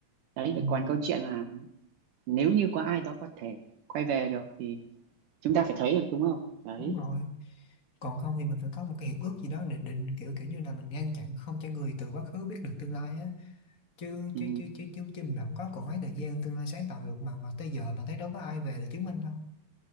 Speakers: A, on the right; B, on the left.
A: đấy
B: ừ.
A: còn câu chuyện là nếu như có ai đó có thể quay về được thì chúng ta phải thấy được đúng không đấy
B: đúng rồi còn không thì mình phải có một cái hiệp ước gì đó để định kiểu kiểu như là mình ngăn chặn không cho người từ quá khứ biết được tương lai á chứ
A: ừ,
B: chứ chứ chứ chứ, chứ mình không có còn mấy thời gian tương lai sáng tạo được mà mà tới giờ mình thấy đâu có ai về để chứng minh đâu